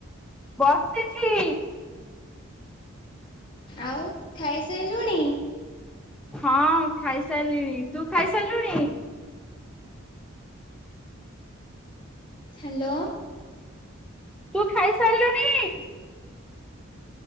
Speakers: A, in the centre; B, on the left.
A: ବସିଛି।
B: ଆଉ ଖାଇସାରିଲୁଣି?
A: ହଁ ଖାଇସାରିଲଣି ତୁ ଖାଇସାରିଲୁଣି।
B: ହ୍ୟାଲୋ।
A: ତୁ ଖାଇସାରିଲୁଣିି?